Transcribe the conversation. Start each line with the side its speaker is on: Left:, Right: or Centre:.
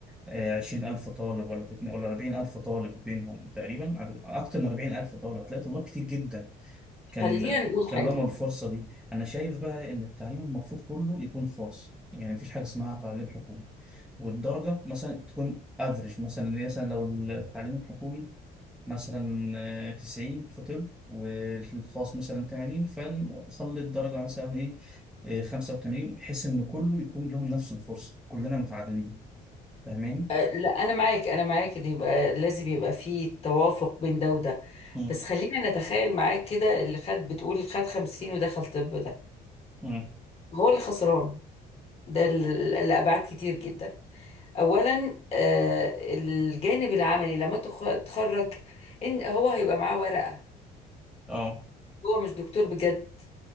Centre: آه، عشرين ألف طالب ولا تتن- ولا أربعين ألف طالب بينهم تقريبا أكتر من أربعين ألف طالب هتلاقي طلاب كتير جدا كان
Left: خلينا نقول
Centre: كان
Left: حاجة
Centre: لهم الفرصة دي أنا شايف بقى إن التعليم المفروض كله يكون خاص يعني مفيش حاجة اسمها تعليم حكومي والدرجة مثلا تكون افريج مثلا يعني مثلا لو التعليم الحكومي مثلا آه، تسعين في طب والخاص مثلا تمانين فنخلي الدرجة مثلا إيه آه، خمسة وتمانين بحيث إن كله يكون لهم نفس الفرصة كلنا متعادلين فاهمين؟
Left: أه، لا أنا معاك أنا معاك إن يبقى لازم يبقى فيه توافق بين ده وده
Centre: مم.
Left: بس خلينا نتخيل معاك كده اللي خد بتقول خد خمسين ودخل طب ده
Centre: مم.
Left: هو اللي خسران ده ال- لأبعاد كتير جدا أولا آه، الجانب العملي لما تخ- تخرج إن هو هيبقى معاه ورقة
Centre: اه
Left: هو مش دكتور بجد